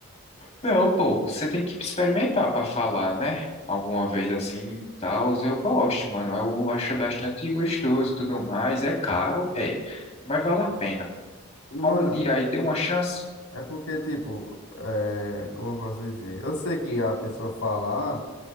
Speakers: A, on the left; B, on the left.
A: Não, pô, você tem que experimentar pra falar, né? Alguma vez assim, e tal, eu gosto, mano. Eu acho bastante gostoso e tudo mais. É caro, é, mas vale a pena.
B: Mano,
A: Algum dia aí deu uma chance?
B: é porque, tipo, é, como eu posso dizer? Eu sei que a pessoa falar.